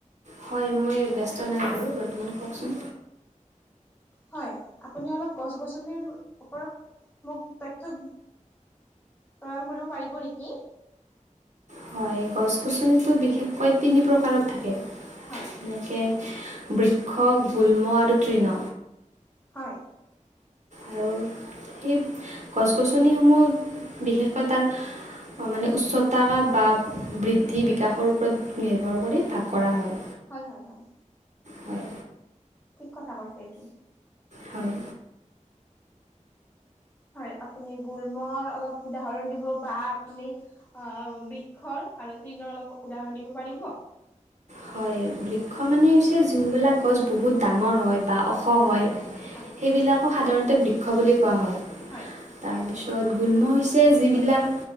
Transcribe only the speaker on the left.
হয় আপুনি অলপ গছ গছনিৰ ওপৰত মোক তথ্য। প্ৰদান কৰিব পাৰিব নেকি?
হয়।
হয়।
হয় হয় হয়।
ঠিক কথা কৈছে এইটো।
হয় আপুনি গোলমৰ অলপ উদাহৰণ দিব বা আপুনি। অ' বৃক্ষৰ আৰু তৃণৰ অলপ উদাহৰণ দিব পাৰিব?
হয়
হয়।